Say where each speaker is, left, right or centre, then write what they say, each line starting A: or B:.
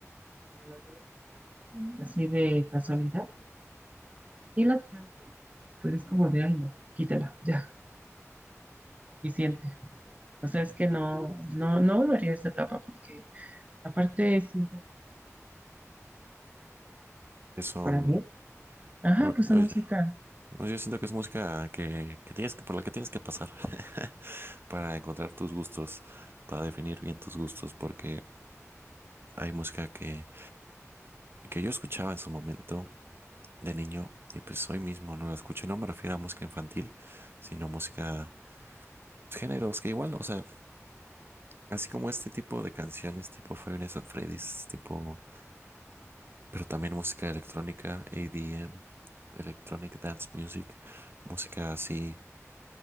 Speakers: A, on the right; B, on the right.
A: cuando las vuelvo a escuchar Mm. así de casualidad. Sí las canto, pero pues es como de, ay no, quítala, <laughs> ya, suficiente. O sea, es que no, no, no volvería a esa etapa porque aparte siento
B: que son,
A: que para mí, ajá,
B: bueno,
A: pues son
B: oye,
A: música,
B: bueno, yo siento que es música que, que tienes que, por la que tienes que pasar <laughs> para encontrar tus gustos, para definir bien tus gustos, porque hay música que, que yo escuchaba en su momento de niño y pues hoy mismo no la escucho. No me refiero a música infantil, sino música, pues, géneros que igual, o sea, Así como este tipo de canciones, tipo Five Nights at Freddy's, tipo, pero también música electrónica, EDM, Electronic Dance Music, música así,